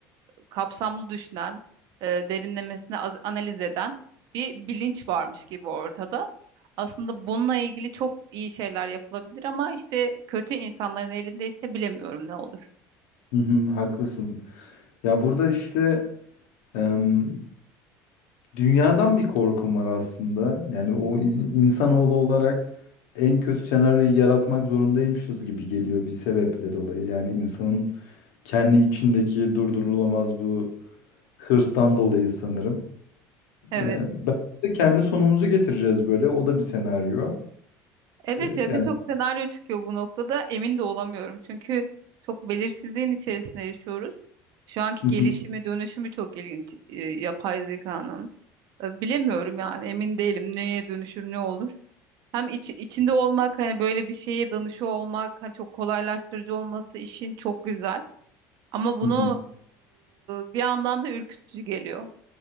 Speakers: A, on the right; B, on the left.
A: kapsamlı düşünen, e, derinlemesine az- analiz eden bir bilinç varmış gibi ortada. Aslında bununla ilgili çok iyi şeyler yapılabilir ama işte kötü insanların elindeyse bilemiyorum ne olur.
B: Hı hı, Haklısın. Ya burada işte em, dünyadan bir korkum var aslında. Yani o in- insanoğlu olarak en kötü senaryoyu yaratmak zorundaymışız gibi geliyor bir sebeple dolayı. Yani insanın kendi içindeki durdurulamaz bu hırstan dolayı sanırım.
A: Evet.
B: Ee, ben de kendi sonumuzu getireceğiz böyle. O da bir senaryo.
A: Evet
B: Ee,
A: ya
B: yani
A: birçok senaryo çıkıyor bu noktada. Emin de olamıyorum. Çünkü çok belirsizliğin içerisinde yaşıyoruz. Şu anki
B: Hı
A: gelişimi,
B: hı,
A: dönüşümü çok ilginç e, yapay zekanın. E, Bilemiyorum yani emin değilim neye dönüşür ne olur. Hem iç- içinde olmak hani böyle bir şeye danışıyor olmak hani çok kolaylaştırıcı olması işin çok güzel. Ama bunu
B: hı hı.
A: e, bir yandan da ürkütücü geliyor.